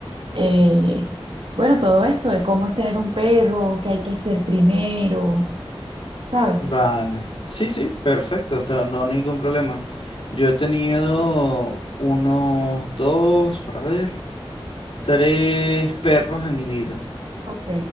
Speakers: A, on the right; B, on the left.
A: eh, bueno, todo esto de cómo es tener un perro, qué hay que hacer primero, ¿sabes?
B: Vale. Sí, sí, perfecto. está- No, ningún problema. Yo he tenido unos dos, para ver, tres perros en mi vida.
A: Ok,